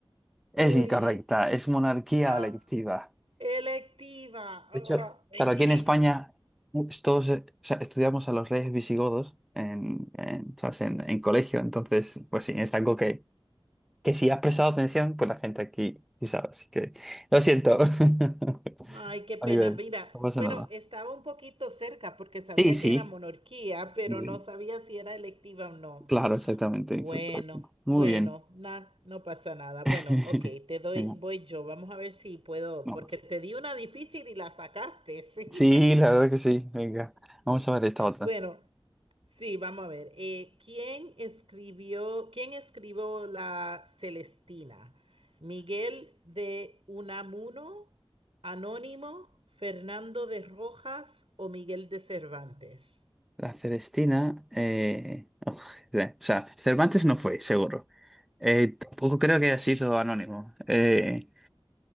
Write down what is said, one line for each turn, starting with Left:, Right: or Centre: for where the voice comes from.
Centre: Es
Right: Uy.
Centre: incorrecta, es monarquía
Right: ah.
Centre: electiva.
Right: Electiva. Ah,
Centre: De hecho,
Right: ay,
Centre: claro, aquí en España pues, todos eh, o sea, estudiamos a los reyes visigodos en, en, ¿sabes? en- en colegio, entonces, pues sí, es algo que Que si has prestado atención, pues la gente aquí sí sabe, así que lo siento. <laughs>
Right: ay, qué pena.
Centre: A nivel,
Right: Mira,
Centre: no pasa
Right: pero
Centre: nada.
Right: estaba un poquito cerca porque sabía
Centre: Sí, sí,
Right: que era monarquía, pero
Centre: muy
Right: no
Centre: bien.
Right: sabía si era electiva o no.
Centre: Claro, exactamente,
Right: Bueno,
Centre: exactamente. Muy
Right: bueno,
Centre: bien.
Right: nada, no pasa nada. Bueno,
Centre: <laughs>
Right: ok, te doy,
Centre: Venga,
Right: voy yo. Vamos a ver si puedo,
Centre: vamos.
Right: porque te di una difícil y la sacaste, <laughs> sí.
Centre: Sí, la verdad que sí, venga. Vamos a ver esta otra.
Right: Bueno, sí, vamos a ver. Eh, ¿quién escribió, quién escribió la Celestina? ¿Miguel de Unamuno, Anónimo, Fernando de Rojas o Miguel de Cervantes?
Centre: La Celestina, eh, oj, o sea, Cervantes no fue, seguro. Eh, tampoco creo que haya sido anónimo. Eh,